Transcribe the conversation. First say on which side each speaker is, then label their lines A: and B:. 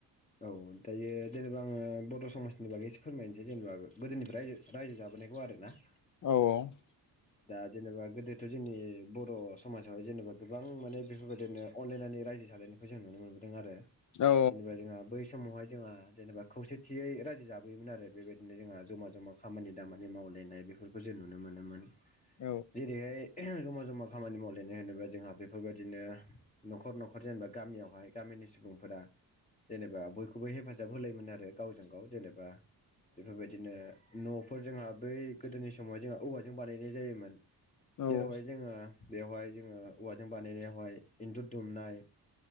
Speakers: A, on the left; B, on the left.
A: औ दायो जेनेबा आङो बर' समाज नि बागै एसे फोरमायनोसै जेनेबा गोदोनिफ्राय रायजो रायजो जाबोनायखौ आरो ना
B: औ
A: दा जेनेबा गोदोथ' जोंनि बर' समाजावहाय जेनेबा गोबां माने बेफोरबायदिनो अनलायनानै रायजो। जालायनायखौ जों नुनो मोनबोदों आरो।
B: औ
A: जेनेबा जोंहा बै समावहाय जोंहा जेनेबा खौसेथियै रायजो जाबोयोमोन आरो बेबायदिनो जोंहा जमा जमा खामानि दामानि माव लायनाय बेफोरखौ जों नुनो मोनोमोन
B: औ
A: जेरैहाय <unintelligible> जमा जमा खामानि मावलायनाय होनोबा जोंहा बेफोरबायदिनो न'खर न'खर जेनेबा गामियावहाय गामि नि सुबुंफोरा जेनेबा बयखौबो हेफाजाब होलायोमोन आरो गावजों गाव जेनेबा बेफोरबायदिनो न'फोर जोंहा बै गोदोनि समावहाय जोंहा औवाजों बानायनाय जायोमोन
B: औ
A: जेरावहाय जोंहा बेवहाय जोङो औवाजों बानायनायावहाय इन्न्दुर दुमनाय